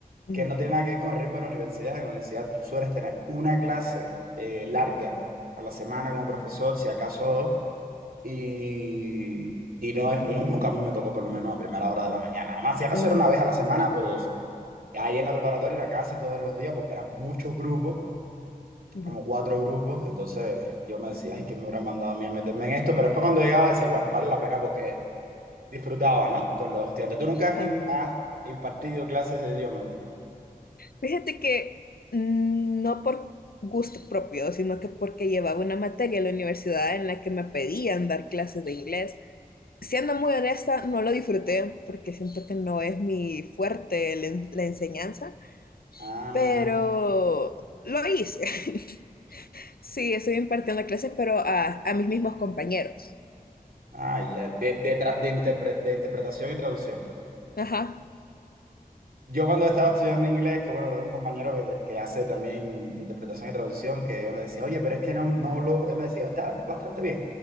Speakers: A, on the left; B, on the right.
A: Ujú.
B: que no tiene nada que ver con el ritmo de la universidad. En la universidad tú sueles tener una clase eh, larga a la semana como profesor, si acaso dos, y, y no es, no- nunca a mí me tocó por lo menos a primera hora de la mañana. Además, si acaso
A: ujú,
B: era una vez a la semana o dos. Ahí en la preparatoria era casi todos los días porque eran muchos grupos
A: ujú.
B: éramos cuatro grupos, entonces yo me decía, ay, ¿quién me habrá mandado a mí a meterme en esto? Pero después cuando llegaba decía, bueno, vale la pena porque disfrutaba, ¿no? Con los estudiantes. ¿Tú nunca has,
A: Ajá.
B: in- has impartido clases de idioma?
A: Fíjate que mm, no por gusto propio, sino que porque llevaba una materia en la universidad en la que me pedían dar clases de inglés. Siendo muy honesta, no lo disfruté porque siento que no es mi fuerte el en- la enseñanza,
B: Ah,
A: pero lo hice. <laughs> Sí, estoy impartiendo clases, pero a, a mis mismos compañeros.
B: ah, ya, De, de, tra- de interpre- de interpretación y traducción.
A: Ajá.
B: Yo cuando estaba estudiando inglés, que bueno, tengo un compañero que, que hace también interpretación y traducción, que yo le decía, oye, pero es que no, no lo, él me decía, está bastante bien.